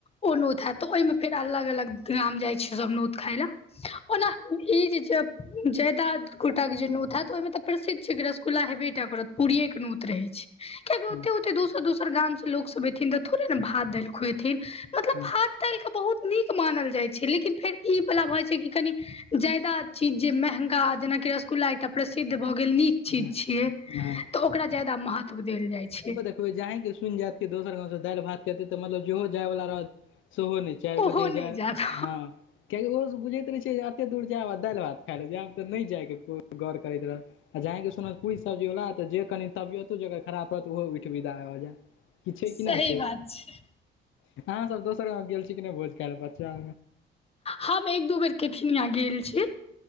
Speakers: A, on the left; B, on the left.
A: ओ नोत हत तऽ ओहिमे फेर अलग अलग ग्राम जाइ छलौ नोत खाय लए ओना ई चीज जयदा गोटाक के जे नोत हेत तऽ ओहिमे तऽ प्रसिद्ध छै रसगु्ला हेबे पूरी के नोत रहै छै कियाकि
B: हँ
A: ओते ओे दोसर दोसर गाम से लोक सब न तऽ थोड़े ने भात दालि खुवेथिन मतलब
B: हू
A: भात दालि के बहुत नीक मानल जाइ छै लेकिन फेर ई बला बइ छै कि कनि ज्यादा चीज जे महंगा जेनाकि रसगुल्ला एकटा प्रसिद्ध भऽ गेल नीक चीज
B: हँ
A: छियै
B: हँ
A: तऽ ओकरा ज्यादा महत्व देल जाइ छै
B: देख जहां की सुनि जाएत के दोसर गांव से दालि भात हेतै ते मतलब जहो जाय वाला रहत सेहो ने चारि
A: ओहो
B: गो जे जा
A: नहि जादा
B: हँ किआकि ओहो सब बुझैत रहै छै जे एते दूर जायब आ दालि भात खााय ले जायब तऽ नहि जाय के कोइ गौर करैत रहत आ जाहांकी सुनत पुरी सब्जी वाला तऽ जे कनी तबियतो जकर खराब रहत ओहो उठि के विदा भऽ जाएत क छै
A: सही
B: कि नहि से
A: बात छै
B: अहाँ सब दोसर गांव गेल छी कि नहि भोज खायल बच्चा
A: हम एक दू बेर केथिनिया गेल छी